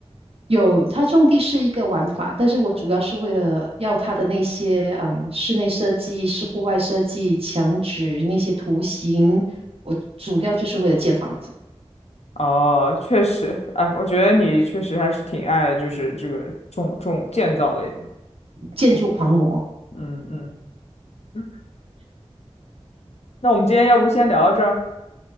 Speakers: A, on the right; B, on the left.
A: 有，它种地是一个玩法，但是我主要是为了要它的那些嗯室内设计、是户外设计、墙纸那些图形，我主要就是为了建房子，
B: 哦，确实，哎，我觉得你确实还是挺爱就是这个重重建造类的。
A: 建筑狂魔
B: 嗯嗯嗯，那我们今天要不先聊到这儿？